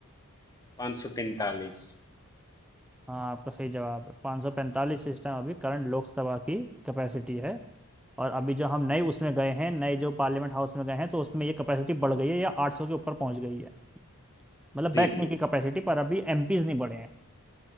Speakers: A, on the left; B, in the centre.
A: 543
B: हाँ आपका सही जवाब है पाँच सौ पैंतालीस इस टाइम अभी करंट लोकसभा की कैपेसिटी है और अभी जो हम नए उसमें गए हैं नए जो पार्लियामेंट हाउस में गए हैं तो उसमें ये कैपेसिटी बढ़ गई है या आठ सौ के ऊपर पहुंच गई है मतलब
A: जी
B: बैठने
A: जी
B: की कैपेसिटी पर अभी एमपीज नहीं बढ़े हैं